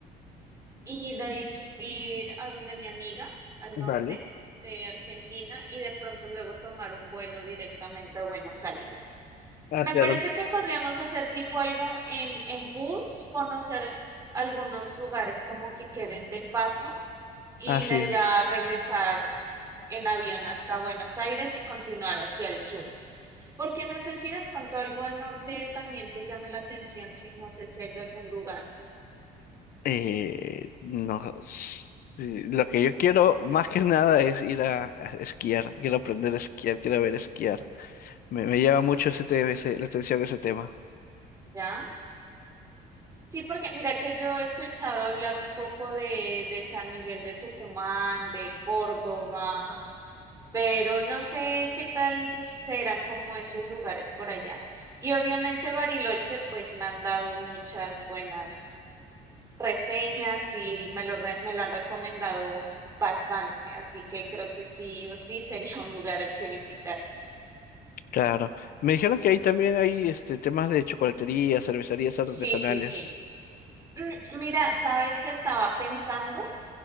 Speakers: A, on the right; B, on the left.
A: y de ahí subir a donde mi amiga, al
B: vale.
A: norte de Argentina, y de pronto luego tomar un vuelo directamente a Buenos Aires.
B: Ah,
A: Me
B: claro.
A: parece que podríamos hacer tipo algo en, en bus, conocer algunos lugares como que queden de paso y
B: Así
A: de allá
B: es.
A: regresar en avión hasta Buenos Aires y continuar hacia el sur. Porque no sé si de pronto algo al norte también te llame la atención, si no sé si hay algún lugar,
B: Eh, no, s- eh, lo que yo quiero más que nada es ir a, a esquiar, quiero aprender a esquiar, quiero ver esquiar. Me, me llama mucho ese tema, ese- la atención ese tema.
A: ¿ya? Sí, porque mira que yo he escuchado hablar un poco de, de San Miguel de Tucumán, de Córdoba, pero no sé qué tal serán como esos lugares por allá. Y obviamente Bariloche, pues me han dado muchas buenas reseñas y me lo, re- me lo han recomendado bastante, así que creo que sí o sí sería <laughs> un lugar el que visitar.
B: Claro. Me dijeron que ahí también hay este temas de chocolatería, cervecerías artesanales.
A: Sí, sí, sí. Mm, Mira, ¿sabes qué estaba pensando?